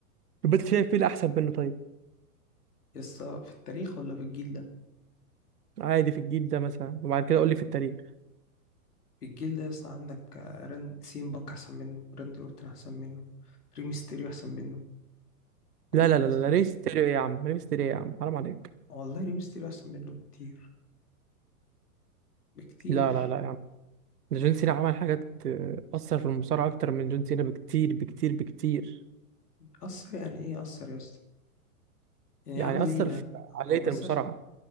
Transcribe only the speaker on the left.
يسا في التاريخ ولا في الجيل ده
في الجيل ده يسا عندك آه، ران سيم بانك احسن منه راندي اورتون احسن منه ريمستيريو احسن منه كل
الناس
دي-
والله ريمستيريو احسن منه بكتير بكتير
اثر يعني ايه اثر يا اسطى يعني
عمل
ايه يعني
هو بس
عشان